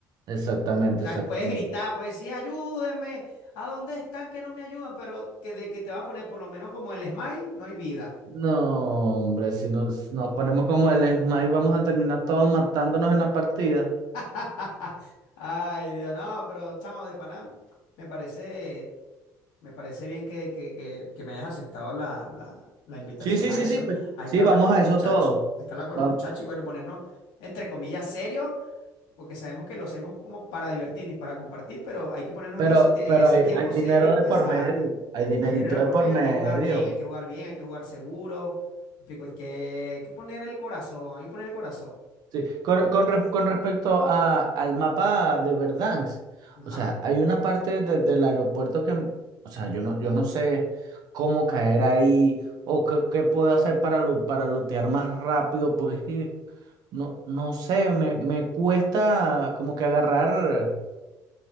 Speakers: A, on the right; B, on the left.
A: exactamente,
B: O
A: exactamente.
B: sea, que puedes gritar, puedes decir, ayúdenme, ¿a dónde están que no me ayudan? Pero que de que te va a poner por lo menos como el smile, no hay vida.
A: No, hombre, si nos, nos ponemos como el Esma y vamos a terminar todos matándonos en la partida.
B: <laughs> Ay, Dios, no, pero chamo de Panam, me parece, me parece bien que, que, que, que me hayas aceptado la, la, la invitación
A: Sí, sí,
B: a
A: sí,
B: eso.
A: sí, pues.
B: Hay
A: Sí,
B: que hablar
A: vamos
B: con los
A: a
B: muchachos,
A: eso todo.
B: hay que hablar con
A: Vam-
B: los muchachos y bueno, ponernos, entre comillas, serios porque sabemos que lo hacemos como para divertirnos y para compartir, pero hay que ponernos
A: pero,
B: en ese, tie- en
A: pero
B: ese
A: hay,
B: tiempo
A: hay dinero
B: serio,
A: de
B: exacto.
A: por medio. Hay dinerito
B: Hay dinero
A: de
B: por
A: por
B: medio,
A: medio.
B: hay que jugar bien, hay que jugar bien, hay que jugar seguro. ¿Me Explico, hay que, hay que poner el corazón, hay que poner el corazón.
A: Sí, con, con re- con respecto a, al mapa de Verdansk,
B: Ajá.
A: o sea, hay una parte de- del aeropuerto que, o sea, yo no, yo no sé cómo caer ahí o qué, qué puedo hacer para, lu- para lootear más rápido, porque es que no, no sé, me, me cuesta como que agarrar,